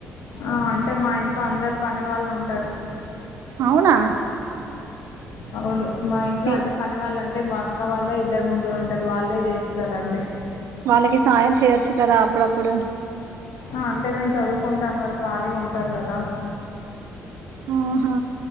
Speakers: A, on the left; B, on the right.
A: ఆ అంటే మా ఇంట్లో అందరు పని వాళ్ళు ఉంటరు
B: అవునా
A: అవును మా ఇంట్లో
B: తి
A: అంటే పని వాళ్ళంటే మా అక్క వాళ్ళే ఇద్దరు ముగ్గురు ఉంటరు వాళ్ళే జెస్తారు అన్నీ
B: వాళ్ళకి సాయం చేయొచ్చు కదా అప్పుడప్పుడు
A: ఆ అంటే నేను చదువుకుంటాను వాళ్ళు ఖాళీగా ఉంటారు కదా
B: ఆహా